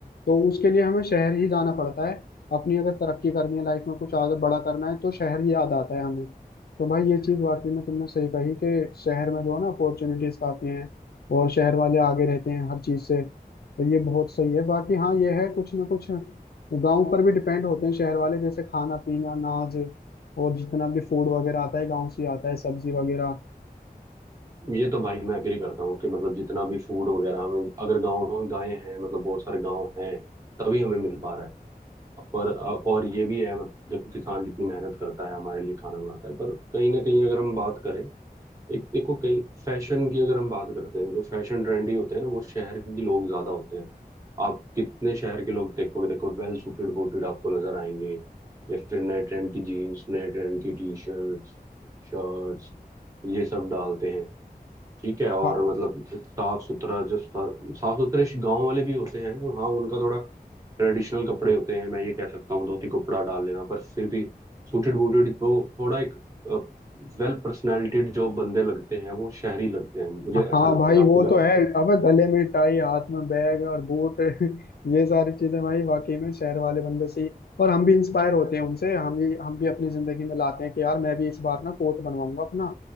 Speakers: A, on the left; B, on the right.
A: तो उसके लिए हमें शहर ही जाना पड़ता है अपनी अगर तरक्की करनी है लाइफ में कुछ आगे बड़ा करना है तो शहर ही याद आता है हमें तो भाई ये चीज वाकई में तुमने सही कही कि शहर में जो है ना अपॉर्चुनिटीज काफी हैं और शहर वाले आगे रहते हैं हर चीज से तो ये बहुत सही है बाकी हाँ ये है कुछ ना कुछ गांव पर भी डिपेंड होते हैं शहर वाले जैसे खाना पीना अनाज और जितना भी फूड वगैरह आता है गांव से ही आता है सब्जी वगैरह
B: ये तो भाई मैं एग्री करता हूँ कि मतलब जितना भी फूड वगैरह हमें अगर गाँव गायें हैं मतलब बहुत सारे गाँव हैं तभी हमें मिल पा रहा है पर और ये भी है मतलब देखो किसान कितनी मेहनत करता है हमारे लिए खाना बनाता है पर कहीं ना कहीं अगर हम बात करें एक देखो कहीं फैशन की अगर हम बात करते हैं जो फैशन ट्रेंडी होते हैं ना वो शहर के लोग ज्यादा होते हैं आप कितने शहर के लोग देखोगे देखो वेल सूटेड बूटेड आपको नजर आएंगे या फिर नए ट्रेंड की जीन्स नए ट्रेंड की टी शर्ट्स शर्ट्स ये सब डालते हैं ठीक है और
A: हाँ
B: मतलब साफ सुथरा जब सा, साफ सुथरे गांव वाले भी होते हैं हाँ उनका थोड़ा ट्रेडिशनल कपड़े होते हैं मैं ये कह सकता हूँ धोती कपड़ा डाल लेना पर फिर भी सूटेड बूटेड तो थोड़ा एक वेल पर्सनैलिटीड जो बंदे लगते हैं वो शहरी लगते हैं मुझे ऐसा
A: हाँ
B: लगता
A: भाई
B: है आपको
A: वो
B: क्या
A: तो
B: लगता
A: है
B: है
A: अबे गले में टाई हाथ में बैग और बूट <laughs> ये सारी चीजें भाई वाकई में शहर वाले बंदे से ही और हम भी इंस्पायर होते हैं उनसे हम भी हम भी अपनी जिंदगी में लाते हैं कि यार मैं भी इस बार ना कोट बनवाऊंगा अपना